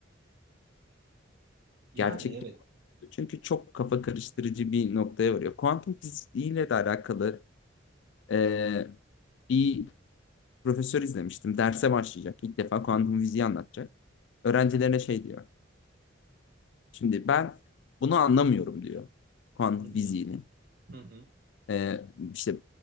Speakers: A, on the right; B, on the left.
A: Yani
B: Gerçeklik.
A: evet.
B: Çünkü çok kafa karıştırıcı bir noktaya varıyor. Kuantum fiziğiyle de alakalı e, bir profesör izlemiştim. Derse başlayacak. İlk defa kuantum fiziği anlatacak. Öğrencilerine şey diyor. Şimdi ben bunu anlamıyorum diyor kuantum
A: Hı
B: fiziğini.
A: hı, hı hı,
B: Ee, işte